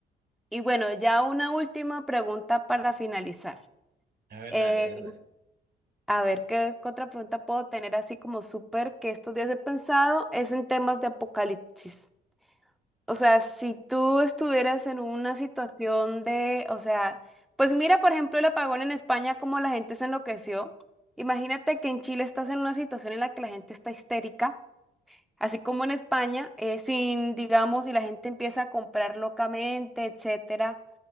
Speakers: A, in the centre; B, on the right.
A: Y bueno, ya una última pregunta para finalizar.
B: A ver,
A: Eh,
B: dale, a ver, dale.
A: a ver, ¿qué otra pregunta puedo tener así como súper que estos días he pensado? Es en temas de apocalipsis. O sea, si tú estuvieras en una situación de, o sea, pues mira, por ejemplo, el apagón en España, cómo la gente se enloqueció. Imagínate que en Chile estás en una situación en la que la gente está histérica, así como en España, eh, sin, digamos, y la gente empieza a comprar locamente, etcétera.